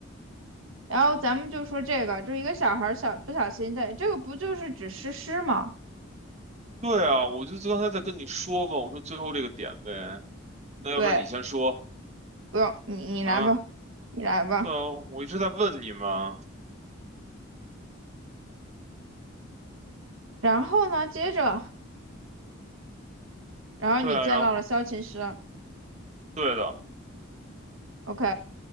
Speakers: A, on the right; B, on the right.
A: 然后咱们就说这个，就一个小孩儿小不小心在，这个不就是指诗诗吗？
B: 对啊，我就刚才在跟你说嘛，我说最后这个点位，那要不然你先说
A: 对，不用你你来吧，
B: 啊？
A: 你来吧。
B: 对啊，我一直在问你嘛。
A: 然后呢，接着，然后你见到了萧琴师
B: 对啊，然后对的，
A: ，OK，